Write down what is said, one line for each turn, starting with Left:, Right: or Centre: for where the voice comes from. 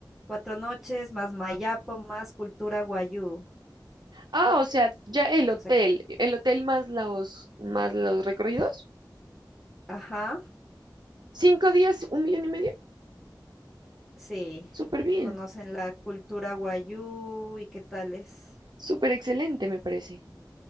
Centre: cuatro noches, más Mayapo, más cultura guayú.
Right: Ah, o sea, ya el hotel,
Centre: O sea que, que-
Right: el hotel más los, más los recorridos.
Centre: ajá,
Right: Cinco días, un millón y medio.
Centre: sí.
Right: Súper
Centre: Y
Right: bien,
Centre: conocen la cultura guayú y qué tales.
Right: súper excelente, me parece.